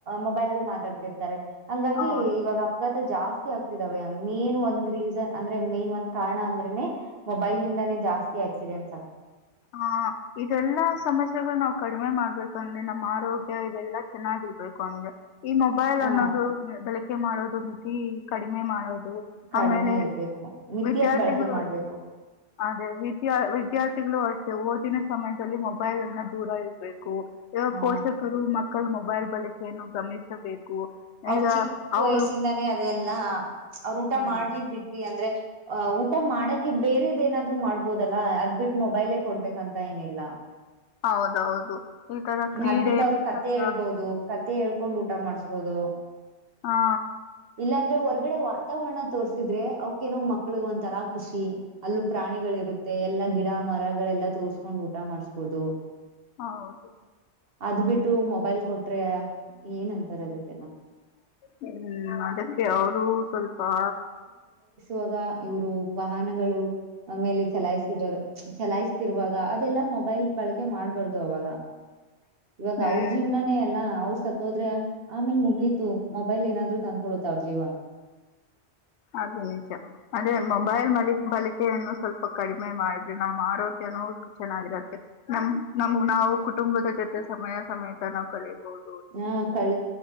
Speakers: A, on the right; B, on the left.
A: ಮೊಬೈಲ್ ಅಲ್ಲಿ ಮಾತಾಡ್ತಿರ್ತಾರೆ ಹಂಗಾಗಿ
B: ಹೌದು
A: ಇವಾಗ ಅಪಘಾತ ಜಾಸ್ತಿ ಜಾಸ್ ಆಗ್ತಿದಾವೆ. ಮೇನ್ ಒಂದ್ ರೀಸನ್ ಅಂದ್ರೆ ಮೇನ್ ಒಂದ್ ಕಾರಣ ಅಂದ್ರೆನೆ ಮೊಬೈಲಿಂದಾನೇ ಜಾಸ್ತಿ ಆಕ್ಸಿಡೆಂಟ್
B: ಹಾ, ಇದೆಲ್ಲಾ ಸಮಸ್ಯೆಗಳು ನಾವ- ಕಡಿಮೆ ಮಾಡ್ಬೇಕಂದ್ರೆ ನಮ್ಮ್ ಆರೋಗ್ಯ ಇವೆಲ್ಲಾ ಚೆನ್ನಾಗಿರ್ಬೇಕು ಅಂದ್ರೆ ಈ ಮೊಬೈಲ್
A: ಹ
B: ಅನ್ನೋದು ಬಳಕೆ ಮಾಡೋದು ಮಿತಿ ಕಡಿಮೆ ಮಾಡೋದು. -
A: ಕಡಿಮೆ
B: ಆಮೇಲೆ
A: ಇರ್ಬೇಕು ಮಿತಿಯಲ್ಲಿ
B: ವಿದ್ಯಾರ್ಥಿಗಳು.
A: ಬಳಕೆ ಮಾಡ್ಬೇಕು
B: <unintelligible> ಅದೇ ವಿದ್ಯಾದ್ಯಾರ್ಥ ಗಳು ಅಷ್ಟೇ ಓದಿನ ಸಮಯದಲ್ಲಿ ಮೊಬೈಲ್ನಿಂದ ದೂರ ಇರಬೇಕು.
A: ಹಾ
B: ಪೋಷಕರು ಮಕ್ಕಳ ಮೊಬೈಲ್ ಬಳಕೆಯನ್ನು ಗಮನಿಸಬೇಕು.
A: ಅವ್ರ
B: ಈಗ
A: ಚಿಕ್ಕ
B: ಅವರು
A: ವಯಸ್ಸಿಂದಾನೇ ಅದೆಲ್ಲ ಅವ್ರ ಊಟ
B: ಹ್ಮ್
A: ಮಾಡ್ಲಿ ಬಿಡ್ಲಿ ಅಂದ್ರೆ, - ಆ ಊಟ ಮಾಡಕೆ ಬೇರೆದ ಎ ನಾದ್ರು ಮಾಡ್ಬೋದಲ್ಲಾ ಅದ್ಬಿಟ್ಟು ಮೊಬೈಲ್ ಕೊಡ್ಬೇಕಂತ ಏನಿಲ್ಲ.
B: ಹೌದೌದು
A: -
B: ಈ ತರ ಕ್ರೀಡೆ
A: ಅದಬಿಟ್ಟ ಅವ್ರ
B: ಪುಸ್ತಕ
A: ಕತೆ ಹೇಳ್ಬೋದು. ಕತೆ ಹೇಳ್ಕೊಂಡು ಊಟ ಮಾಡಿಸಬೋದು
B: ಹಾ
A: ಇಲ್ಲಾಂದ್ರೆ ಹೊರಗಡೆ ವಾತಾವರಣ ತೋರ್ರಿಸಿದ್ರೆ ಅವ್ಕ ಏನೋ ಮಕ್ಳಿಗೆಒಂತರ ಖುಷಿ ಅಲ್ಲೂ ಪ್ರಾಣಿಗಳು ಇರುತ್ತೆ. ಎಲ್ಲಾ ಗಿಡ ಮರಗಳ- ಎಲ್ಲ ತೋರ್ಸ್ಕೊಂಡ್ ಊಟ ಮಾಡಸಬಹುದು.
B: ಹೌದು
A: ಅದ್ ಬಿಟ್ಟು ಮೊಬೈಲ್ ಕೊಟ್ರೆ ಏನಂತಾರೆ ಅದಕ್ಕೆಲ್ಲ
B: ಹ್ಮ್, ಅದಕ್ಕೆ ಅವರು ಸ್ವಲ್ಪ-
A: ವಾಗ ಇವರು ವಾಹನಗಳು ಮೇಲೆ ಚಲಾಯ್ಸಿದರು ಚಲಾಯಿಸತಿರುವಾಗ ಅದೆಲ್ಲಾ ಮೊಬೈಲ್ ಬಳಕೆ ಮಾಡ್ಬಾರ್ದು. ಅವಾಗ, ಇವಾಗ
B: ಹ್ಮ್
A: ಅವ್ರ ಜೀವನಾನೇ ಅಲ್ಲ ಅವ್ರ ಸತ್ತೋದ್ರೆ ಆಮೇಲೆ ಮುಗತ. - ಮೊಬೈಲ್ ಏನಾದ್ರರು ತಂದ್ಕೊಡುತ್ತಾವ್ರ ಜೀವಾ. -
B: ಅದು ನಿಜ. ಅಂದ್ರೆ ಮೊಬೈಲ್ ಬಳಿಕೆಯನ್ನು ಸ್ವಲ್ಪ ಕಡಿಮೆ ಮಾಡಿದ್ರೆ ನಮ್ಮ್ ಆರೋಗ್ಯ- ಚೆನ್ನಾಗಿರುತ್ತೆ. ನಮ್ ನಮ್ ನಾವು ಕುಟುಂಬದ ಜೊತೆ ಸಮಯ ಸಮೇತ ನಾವು ಕಳಿಯಬಹುದು.
A: ಹಾ, ಕಳ